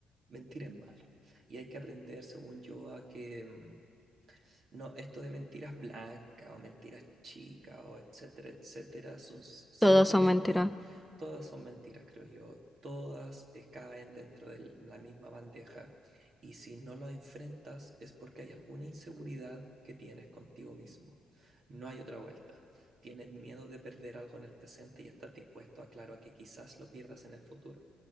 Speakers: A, on the right; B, in the centre.
A: mentir es malo. Y hay que aprender, según yo, a que, mm, no, esto de mentiras blancas o mentiras chicas o etcétera, etcétera, son s- simplemente,
B: Todos son mentiras.
A: todas son mentiras, creo yo. Todas eh, caen dentro de la misma bandeja y si no lo enfrentas es porque hay alguna inseguridad que tienes contigo mismo. No hay otra vuelta. Tienes miedo de perder algo en el presente y estás dispuesto, a, claro, a que quizás lo pierdas en el futuro.